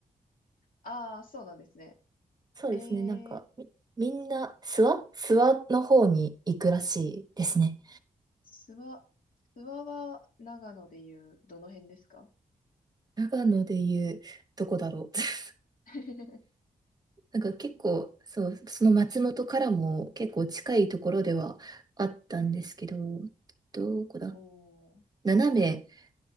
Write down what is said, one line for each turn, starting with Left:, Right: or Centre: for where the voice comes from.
Left: ああ、そうなんですね。
Right: そうですね。
Left: ええ
Right: なんか、み、みんな、諏訪諏訪の方に行くらしいですね。
Left: 諏訪、諏訪は長野でいうどの辺ですか
Right: 長野でいう、どこだろう。<laughs>
Left: <laughs>
Right: なんか結構、そう、その松本からも結構近いところではあったんですけど、どこだ
Left: おー、ん
Right: 斜め、